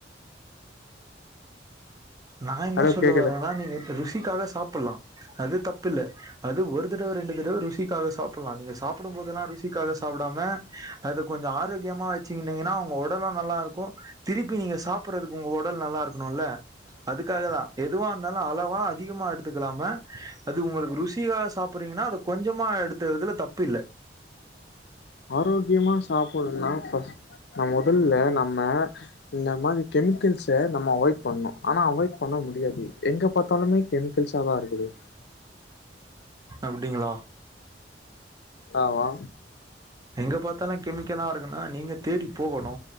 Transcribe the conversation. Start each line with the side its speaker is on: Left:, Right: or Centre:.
Right: நா என்ன
Left: ஹலோ
Right: சொல்ல
Left: கேக்குதா
Right: வரேனா நீங்க ருசிக்காக சாப்பிடலா அது தப்பில்ல அது ஒரு தடவ ரெண்டு தடவ ருசிக்காக சாப் புல்ல நீங்த சாப்டும் போதெல்லா ருசிக்காக சாப்டாம அது கொஞ்ச ஆரோக்கியமா வச்சுங்கினீங்கன்னா ஒங்க உடலும் நல்லா இருக்கு திருப்பி நீங்க சாப்பறதுக்கு உங்க ஒடல் நல்லாருக்கணுல்ல அதுக்காக தா எதுவாயிருந்தாலு அளவா அதிகமா எடுத்துக்கலாம அது உங்களுக்கு ருசியா சாப்பறீங்கன்னா அத கொஞ்சமா எடுத்துகறதுல தப்பு இல்ல
Left: ஆரோக்கியமா சாப்படணுனா ஃபஸ்ட் நா மொதல்ல நம்ம இந்த மாரி கெமிக்கல்ஸ நம்ம அவாய்ட் பண்ணு ஆனா அவாய்ட் பண்ண முடியாது எங்க பாத்தாலுமே கெமிக்கல்ஸாதா இருக்குது
Right: அப்டிங்களா
Left: ஆமா
Right: எங்க பாத்தாலு கெமிக்கலா இருக்குனா நீங்க தேடி போகணு